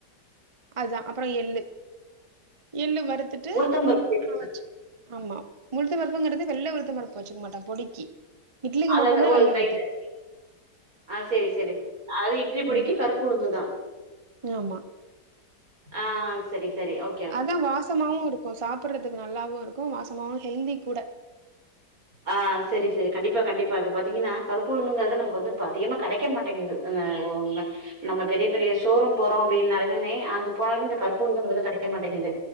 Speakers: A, on the right; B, on the right.
A: அதுதா அப்றோ எள்ளு எள்ளு வறுத்துட்டு
B: உளுத்தம்பருப்பு எது?
A: ஆ வச்சு ஆமா உளுத்தம்பருப்புங்கறது வெள்ள உளுத்தம்பருப்பு வச்சுக்க மாட்ட பொடிக்கி இட்லிக்கு
B: அதது
A: மட்டுந்தா
B: ஓ
A: வெள்ள
B: இது ரைட்டு
A: உளுத்து
B: ஒகே ஆ செரி செரி அதாது இட்லி பொடிக்கு
A: ம்
B: கருப் புளுந்துதா
A: ஆமா
B: ஆ சரி சரி ஓ
A: அதா வாசமாவு இருக்கு சாப்புட்றதுக்கு நல்லாவுருக்கு வாசமாவு ஹெல்தி கூட
B: ஆ செரி செரி கண்டிப்பா கண்டிப்பா இப்ப பாத்தீங்கன்னா கருப்பு உளுந்துங்கறது நமக்கு வந்து இப்ப அதிகமா கெடைக்க மாட் டேங்கது அ ஓ நம்ம நம்ம பெரிய பெரிய ஷோரூம் போறோ அப்டின்னாலுமுமே அங்க போனாலுமே இந்த கருப்பு உளுந்துங்கறது கெடைக்க மாட்டேங்குது